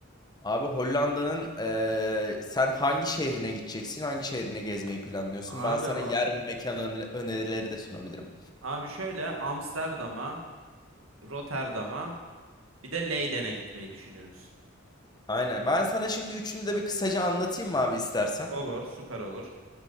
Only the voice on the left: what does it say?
Abi Hollanda'nın eee, sen hangi şehrine gideceksin? Hangi şehrine gezmeyi planlıyorsun? Ben
sana
yer ve mekan öne- önerileri de sunabilirim.
Aynen. Ben sana şimdi üçünü de bir kısaca anlatayım mı abi istersen?